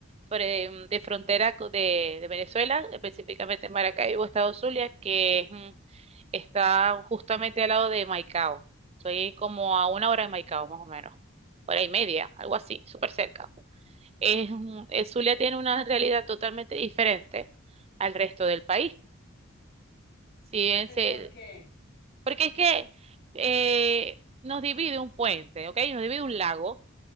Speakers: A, on the right; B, on the left.
A: fre- de frontera co- de, de Venezuela, específicamente en Maracaibo, Estado Zulia, que es, mm, está justamente al lado de Maicao. Estoy como a una hora de Maicao, más o menos, hora y media, algo así, súper cerca. es, un- el Zulia tiene una realidad totalmente diferente al resto del país. Si bien
B: ¿Pero
A: se-
B: por qué?
A: porque es que eh, nos divide un puente, ¿ok? Nos divide un lago,